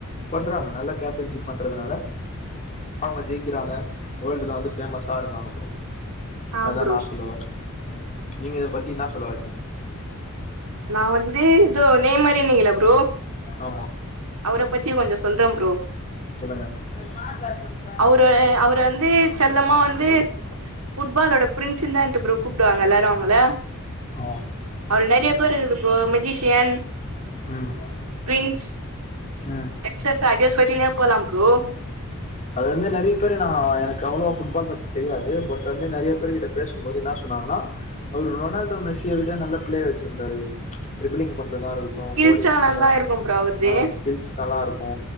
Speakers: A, on the left; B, on the right.
A: பண்றாங்க நல்ல கேப்டன்ஸி பண்றதுனால அவங்க ஜெயிக்கிறாங்க வேல்டுல வந்து ஃபேமஸா இருக்காங்க ப்ரோ
B: ஆ
A: அதா
B: ப்ரோ
A: நா சொல்ல வரே ம் நீங்க இத பத்தி இன்னா சொல்ல வரீங்க
B: நா வந்து இதோ நெய்மரு நீங்களே ப்ரோ
A: ஆமா
B: அவர பத்தி கொஞ்ச சொல்றே ப்ரோ
A: சொல்லுங்க அது மாத்தாத்துு <unintelligible>
B: அவரு அவரு வந்து செல்லமா வந்து ஃபுட்பாலோட பிரின்சு தான்ட்டு ப்ரோ கூப்டுவாங்க எல்லாரு அவங்கள
A: ஓ
B: அவரு நெறைய பேர் இருக்குது ப்ரோ மெஜிஷியன்
A: ம்
B: பிரின்ஸ்
A: ம்
B: எக்ஸட்ரா அடியே சொல்லினே போலா ப்ரோ
A: <unintelligible> அது வந்து நெறைய பேரு நான் எனக்கு அவுளவா ஃபுட்பால் பத்தி தெரியாது பட் வந்து நெறைய பேருகிட்ட பேசும்போது என்ன சொன்னாங்கனா அவரு ரொனால்டோ மெஸ்ஸிய விட நல்ல பிளே வச்சிர்ந்தாரு ட்ருபுளிங் பண்றதா இருகு ட்டு
B: ஸ்கில்ஸ்லா
A: போடிங்
B: நல்லா
A: அதா
B: இருக்கும் ப்ரோ அவருது
A: அ ஸ்கில்ஸ் நல்லா இருக்கு